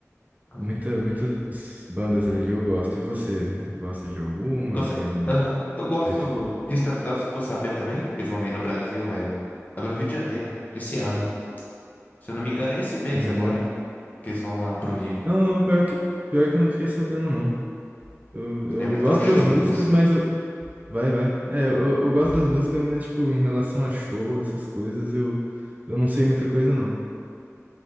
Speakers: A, on the left (about 30°); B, on the right (about 30°).
A: Hum,
B: muita, muitas bandas ali eu gosto. E você,
A: sim.
B: gosta de alguma?
A: Gosta-
B: Tem algum
A: Aham. Eu gosto...
B: preferido?
A: System of a Down, você ficou sabendo também? Eles vão vir no Brasil, é... Agora no Rio de Janeiro, esse ano. Se eu não me engano, é esse mês
B: Uhum.
A: agora que eles vão lá pro Rio.
B: Não, não, pior que, pior que eu não fiquei sabendo, não. Eu, eu
A: É, vai
B: gosto
A: ter um show
B: das músicas,
A: deles.
B: mas eu. Vai, vai. É, eu, eu gosto das músicas, mas, tipo, em relação a show, essas coisas, eu, eu não sei muita coisa, não.